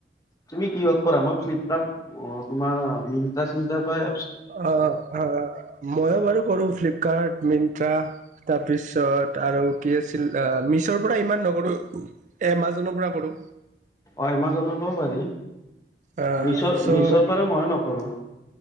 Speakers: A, on the left; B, on the right.
A: তুমি কিহত কৰা মই ফ্লিপকাৰ্ট তোমাৰ মিনট্ৰা চিনট্ৰাৰ পাই
B: অ অ ময়ো বাৰু কৰো ফ্লিপকাৰ্ট মিন ট্ৰা তাৰপিছত আৰু কি আছি ল মিছৰ পৰা ইমান নকৰোঁ এমাজনৰ পৰা কৰোঁ।
A: অ' এমাজনতো পাৰি।
B: অ',
A: মিছৰ
B: চ'
A: মিছৰ পৰা ময়ো নকৰোঁ।